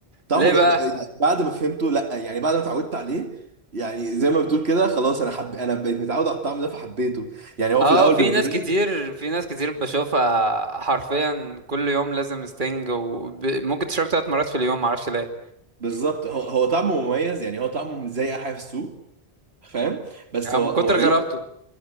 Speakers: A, on the right (about 75°); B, on the right (about 50°).
A: طعمه
B: ليه
A: جا...
B: بقى
A: يعني بعد ما فهمته لا يعني بعد ما اتعودت عليه يعني زي ما بتقول كده خلاص انا حب انا بقيت متعود على الطعم ده فحبيته يعني هو
B: اه
A: في الاول
B: في
A: بالنسبه
B: ناس كتير
A: لي
B: في ناس كتير بشوفها حرفيا كل يوم لازم ستينج وممكن تشرب ثلاث مرات في اليوم معرفش ليه
A: بالظبط هو هو طعمه مميز يعني هو طعمه مش زي اي حاجه في السوق فاهم بس
B: اه
A: هو
B: من كتر
A: هو ليه
B: غرابته